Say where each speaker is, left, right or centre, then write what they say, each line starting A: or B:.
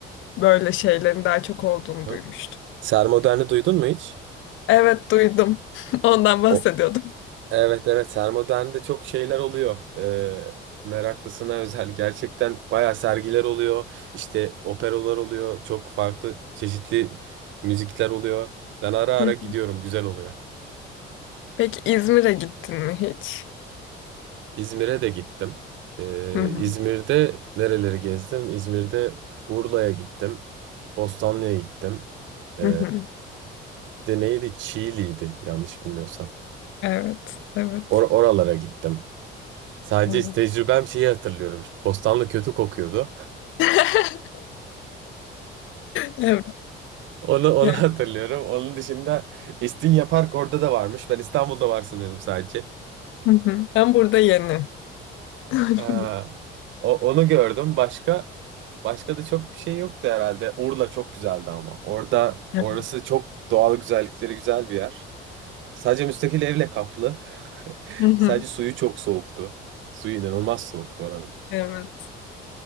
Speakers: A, on the left (about 75°); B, on the right (about 70°).
A: böyle şeylerin daha çok olduğunu
B: Hı.
A: duymuştum.
B: Sermodern'i duydun mu hiç?
A: Evet duydum. <laughs> Ondan bahsediyordum.
B: O, Evet evet Sermodern'de çok şeyler oluyor. Ee, meraklısına özel gerçekten bayağı sergiler oluyor. İşte operalar oluyor. Çok farklı çeşitli müzikler oluyor. Ben ara ara
A: Hı.
B: gidiyorum güzel oluyor.
A: Peki İzmir'e gittin mi hiç?
B: İzmir'e de gittim. Ee,
A: Hı hı.
B: İzmir'de nereleri gezdim? İzmir'de Urla'ya gittim. Bostanlı'ya gittim. Ee,
A: Hı hı.
B: bir de neydi? Çiğli'ydi yanlış bilmiyorsam.
A: Evet, evet.
B: Or oralara gittim. Sadece
A: Evet.
B: tecrübem şeyi hatırlıyorum. İşte Bostanlı kötü kokuyordu.
A: <laughs> Evet.
B: Onu onu
A: Yani.
B: <laughs> hatırlıyorum. Onun dışında İstinye Park orada da varmış. Ben İstanbul'da var sanıyordum sadece.
A: Hı hı. Ben burada yeni. <laughs>
B: Ee, o, onu gördüm. Başka başka da çok bir şey yoktu herhalde. Urla çok güzeldi ama. Orada
A: Hı
B: orası çok doğal güzellikleri güzel bir yer. Sadece müstakil evle kaplı. <laughs>
A: hı.
B: Sadece suyu çok soğuktu. Suyu inanılmaz soğuktu oranın.
A: Evet.